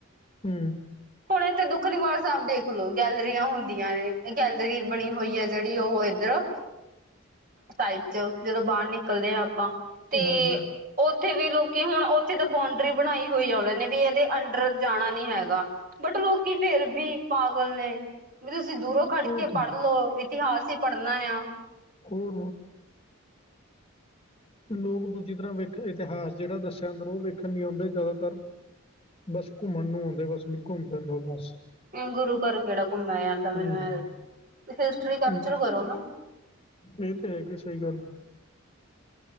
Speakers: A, on the left (about 25°); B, on the right (about 40°).
A: ਹੂੰ
B: ਹੁਣ ਇਥੇ ਦੁੱਖ ਨਿਵਾਰਨ ਸਾਹਿਬ ਦੇਖ ਲੋ ਗੈਲਰੀਆਂ ਹੁੰਦੀਆਂ ਨੇ ਗੈਲਰੀ ਬਣੀ ਹੋਈ ਹੈ ਜਿਹੜੀ ਉਹ ਇਧਰ ਸਾਈਡ ਚ ਜਦੋਂ ਬਾਹਰ ਨਿਕਲਦੇ ਹਾਂ ਆਪਾਂ। ਤੇ
A: ਹਾਂਜੀ
B: ਉੱਥੇ ਵੀ ਲੋਕੀ ਹੁਣ ਜਦ ਬਾਂਡਰੀ ਬਣਾਈ ਹੋਈ ਆ ਉਹਦੇ ਨੇ ਵੀ ਇਹਦੇ ਅੰਡਰ ਜਾਣਾ ਨੀ ਹੈਗਾ ਬਟ ਲੋਕੀ ਫੇਰ ਵੀ ਪਾਗਲ ਨੇ ਵੀ ਤੁਸੀਂ ਦੂਰੋਂ ਖੜ
A: ਹੋਰ
B: ਕੇ
A: ਤਾਂ-
B: ਪੜ੍ਹ ਲਓ ਇਤਿਹਾਸ ਹੀ ਪੜ੍ਹਨਾ ਆ।
A: ਹੂੰ ਲੋਕ ਦੂਜੀ ਤਰ੍ਹਾਂ ਵੇਖ ਇਤਿਹਾਸ ਜਿਹੜਾ ਦੱਸਿਆ ਅੰਦਰ ਉਹ ਵੇਖਣ ਨੀ ਆਦੇ ਜ਼ਿਆਦਾਤਰ। ਬਸ ਘੁੰਮਣ ਨੂੰ ਆਦੇ ਬਸ ਵੀ ਘੁੰਮ ਫਿਰ ਲੋਓ ਬਸ।
B: ਗੁਰੂ ਘਰ ਕਿਹੜਾ ਘੁੰਮਿਆ ਜਾਂਦਾ ਮੈਨੂੰ
A: ਹੂੰ
B: ਐ।
A: ਹੂੰ
B: ਹਿਸਟਰੀ ਕੈਪਚਰ
A: ਹੂੰ।
B: ਕਰੋ ਨਾ।
A: ਇਹ ਤੇ ਹੈਗੀ ਸਹੀ ਗੱਲ।